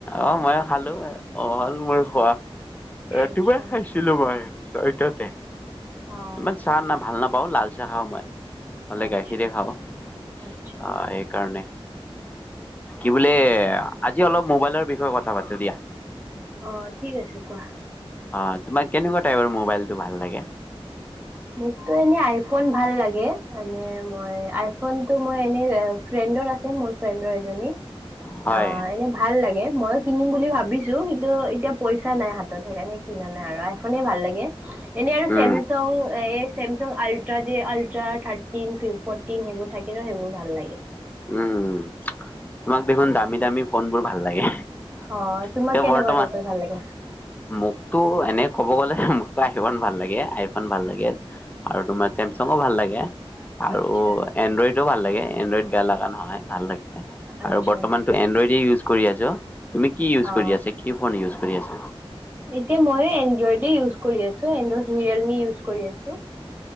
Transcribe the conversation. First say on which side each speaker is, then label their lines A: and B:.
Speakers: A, on the left; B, on the right.
A: অ', মইও খালোঁ। এ, অ', হ'ল মই খোৱা ৰাতিপুৱাই
B: আচ্ছা।
A: খাইছিলোঁ মই ছয়টাতেই
B: অ'
A: ইমান চাহ না ভাল নাপাওঁ লাল চাহ খাওঁ মই। হ'লে
B: আচ্ছা
A: গাখীৰে খাওঁ অহ,
B: আচ্ছা
A: সেইকাৰণে। কি বোলে আজি অলপ মোবাইলৰ বিষয়ে কথা পাতো দিয়া।
B: অ', ঠিক আছে কোৱা।
A: অ', তোমাক কেনেকুৱা টাইপৰ মোবাইলটো ভাল লাগে?
B: মোকটো এনে আইফোন ভাল লাগে মানে মই আইফোনটো মই এনে অ' ফ্ৰেণ্ডৰ আছে, মোৰ ফ্ৰেণ্ডৰ এজনী
A: হয়
B: অ', এনে ভাল লাগে। ময়ো কিনিম বুলি ভাবিছো কিন্তু এতিয়া পইচা নাই হাতত সেইকাৰণে কিনা নাই আৰু আইফোনে ভাল লাগে এনেই আৰু
A: উম
B: চেমচং এই চেমচাং আল্ট্ৰা যে আল্ট্ৰা থাৰ্টিন ফ'টিন সেইবোৰ থাকে ন' সেইবোৰ ভাল লাগে।
A: উম, তোমাক দেখোন দামী দামী ফোনবোৰ ভাল লাগে।
B: অ তোমাক
A: এতিয়া
B: কেনেকুৱা
A: বৰ্তমান
B: টাইপৰ ভাল লাগে
A: মোকটো এনে ক'ব গ'লে আসিবন ভাল লাগে, আইফোন ভাল লাগে আৰু তোমাৰ চেমচাঙো ভাল লাগে। আৰু
B: আচ্ছা
A: এণ্ড্ৰ'ইডো ভাল লাগে। এণ্ড্ৰইড বেয়া লাগা নহয় ভাল লাগ
B: আচ্ছা
A: আৰু বৰ্তমানটো এণ্ড্ৰইডে ইউজ কৰি আছোঁ। তুমি কি ইউজ
B: অ
A: কৰি আছা? কি ফোন ইউজ কৰি আছ
B: এতিয়া মই এ এণ্ড্ৰইডে ইউজ কৰি আছো এণ্ড্ৰইড ৰিয়েলমি ইউজ কৰি আছো